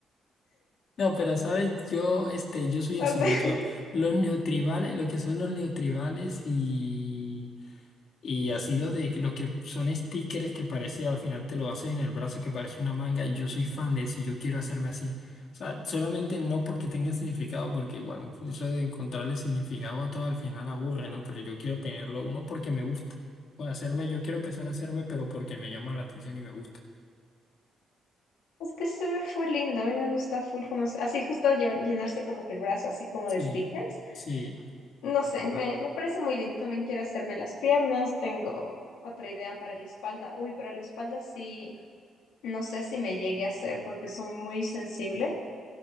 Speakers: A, on the left; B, on the left.
A: no, pero sabes, yo, este, yo soy
B: O
A: así,
B: sea,
A: de hecho, los neotribales, lo que son los neotribales y Y así los de los que son stickers que parece al final te lo haces en el brazo que parece una manga. Yo soy fan de eso y yo quiero hacerme así. O sea, solamente no porque tenga significado, porque bueno, eso de encontrarle significado a todo al final aburre, ¿no? Pero yo quiero tenerlo uno porque me gusta. Bueno, hacerme, yo quiero empezar a hacerme, pero porque me llama la atención y me gusta.
B: es que se ve full lindo. A mí me gusta full como así justo lle- llenarse como que el brazo así como
A: Sí,
B: de stickers
A: sí,
B: No sé, me, me parece muy lindo. También quiero hacerme las piernas. Tengo otra idea para la espalda. Uy, pero la espalda sí, no sé si me llegue a hacer porque soy muy sensible.